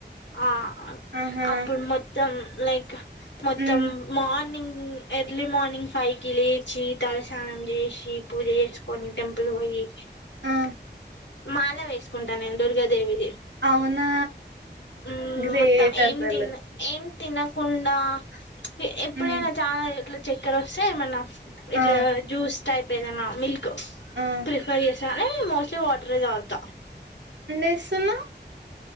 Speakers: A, on the left; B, on the right.
A: ఆ
B: ఆహా
A: అప్పుడు మొత్తం లైక్ మొత్తం
B: మ్మ్
A: మార్ మార్నింగ్ ఎర్లీ మార్నింగ్ ఫైవ్ కి లేచి తలస్నానం చేసి పూజ చేసుకొని టెంపుల్. పోయి
B: ఆ
A: మాల వేసుకుంటా నేను దుర్గాదేవి.
B: అవునా
A: హ్మ్,
B: గ్రేట్
A: మొత్తం ఎంతిన్న్
B: అసలు
A: ఏం తినకుండా ఎప్పుడైనా
B: మ్మ్
A: చాలా ఇట్ల చక్కెర వస్తే మన ఇట్లా
B: ఆ
A: జ్యూస్ టైప్ ఏదైనా మిల్క్
B: ఆ
A: ప్రిఫర్ చేస్తా హుమ్ మోస్ట్ ఒట్టి వాటర్ తాగుతా.
B: చేస్తున్నావ్